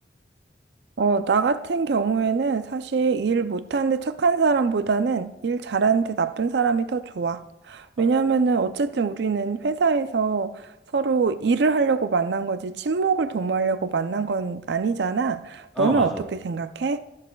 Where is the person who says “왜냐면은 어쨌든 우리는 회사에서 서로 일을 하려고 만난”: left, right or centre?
Right